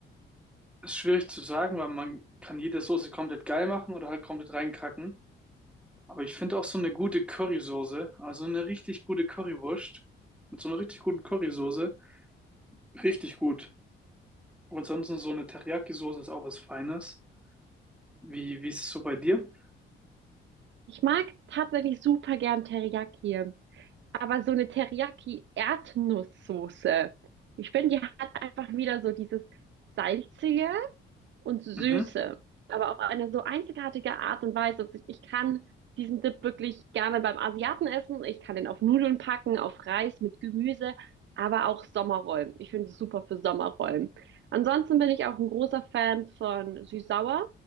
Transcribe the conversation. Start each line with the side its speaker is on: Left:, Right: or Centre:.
Centre: ist schwierig zu sagen, weil man kann jede Soße komplett geil machen oder halt komplett reinkacken. Aber ich finde auch so eine gute Currysoße, also eine richtig gute Currywurst mit so einer richtig guten Currysoße, richtig gut. Und ansonsten so eine Teriyaki-Soße ist auch was Feines. Wie, wie ist es so bei dir?
Right: Ich mag tatsächlich super gern Teriyaki, aber so eine Teriyaki-Erdnusssoße, ich finde, die hat einfach wieder so dieses Salzige und Süße,
Centre: Mhm,
Right: aber auf eine so einzigartige Art und Weise. Also Ich kann diesen Dip wirklich gerne beim Asiaten essen. Ich kann den auf Nudeln packen, auf Reis mit Gemüse, aber auch Sommerrollen. Ich finde es super für Sommerrollen. Ansonsten bin ich auch ein großer Fan von süß-sauer,